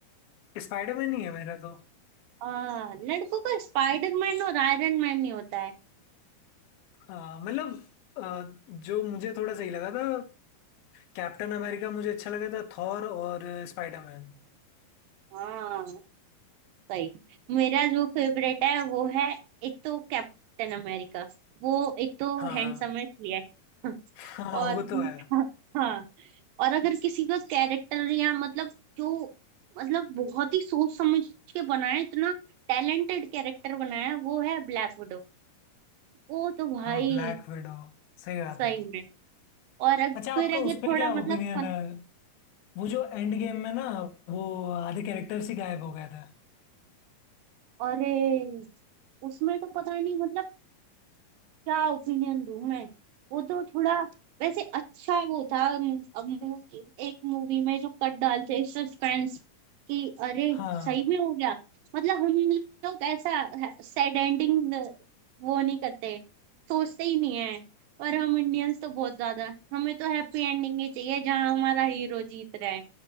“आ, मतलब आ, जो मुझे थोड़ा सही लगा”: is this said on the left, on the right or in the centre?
Left